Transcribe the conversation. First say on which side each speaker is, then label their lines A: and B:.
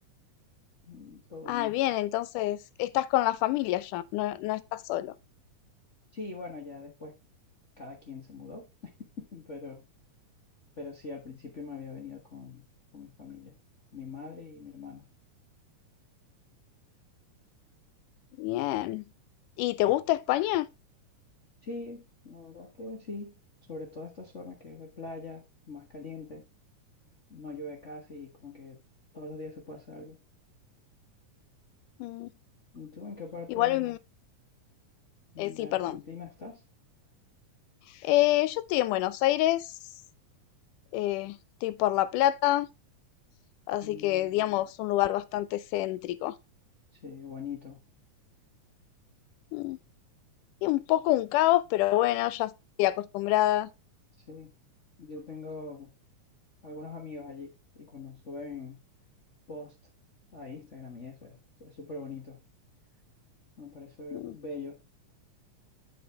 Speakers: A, on the left; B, on the left.
A: mm, Todo
B: Ah,
A: bien.
B: bien, entonces estás con la familia ya, no, no estás solo.
A: Sí, bueno, ya después cada quien se mudó, <laughs> pero, pero sí, al principio me había venido con, con mi familia, mi madre y mi hermana.
B: Bien. ¿Y te gusta España?
A: Sí, la verdad que sí, sobre todo esta zona que es de playa, más caliente, no llueve casi y como que todos los días se puede hacer algo.
B: Mm,
A: ¿Y tú en qué parte
B: Igual, mm, eh, sí,
A: de
B: perdón.
A: Argentina estás?
B: Eh, yo estoy en Buenos Aires, eh, estoy por La Plata, así
A: Mm,
B: que digamos un lugar bastante céntrico.
A: Sí, bonito.
B: Mm, Y un poco un caos, pero bueno, ya estoy acostumbrada.
A: Sí. Yo tengo algunos amigos allí y cuando suben post a Instagram y eso es es súper bonito. Me parece
B: Mm,
A: bello.